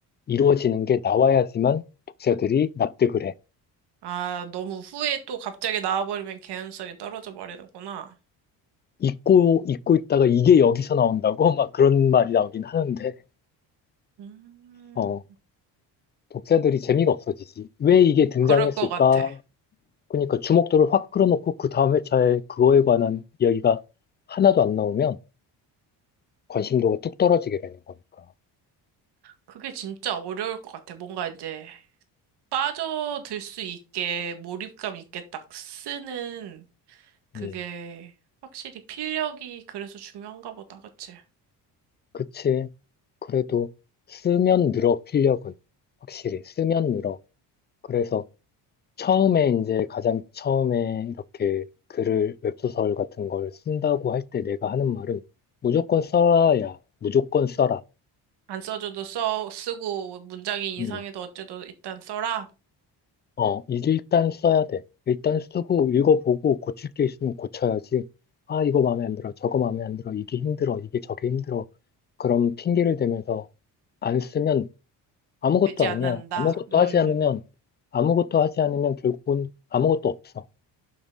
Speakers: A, on the left (about 25°); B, on the right (about 70°).
A: 이루어지는 게 나와야지만 독자들이 납득을 해.
B: 아, 너무 후에 또 갑자기 나와버리면 개연성이 떨어져 버리는구나.
A: 잊고, 잊고 있다가 이게 여기서 나온다고? <laughs> 막 그런 말이 나오긴 하는데,
B: 음,
A: 어, 독자들이 재미가 없어지지. 왜 이게 등장했을까?
B: 그럴 것 같아.
A: 그러니까 주목도를 확 끌어놓고 그 다음 회차에 그거에 관한 이야기가 하나도 안 나오면 관심도가 뚝 떨어지게 되는 거니까.
B: 그게 진짜 어려울 것 같아. 뭔가 이제 빠져들 수 있게 몰입감 있게 딱 쓰는 그게
A: 음,
B: 확실히 필력이 그래서 중요한가 보다. 그치?
A: 그치. 그래도 쓰면 늘어, 필력은. 확실히 쓰면 늘어. 그래서 처음에 이제 가장 처음에 이렇게 글을 웹소설 같은 걸 쓴다고 할 때 내가 하는 말은 무조건 써야 무조건 써라.
B: 안 써줘도 써, 쓰고 문장이 이상해도
A: 음.
B: 어째도 일단 써라.
A: 어, 일단 써야 돼. 일단 쓰고 읽어보고 고칠 게 있으면 고쳐야지. 아, 이거 마음에 안 들어. 저거 마음에 안 들어. 이게 힘들어. 이게 저게 힘들어. 그런 핑계를 대면서 안 쓰면 아무것도
B: 되지 않는다.
A: 아니야. 아무것도
B: 음,
A: 하지 않으면 아무것도 하지 않으면 결국은 아무것도 없어.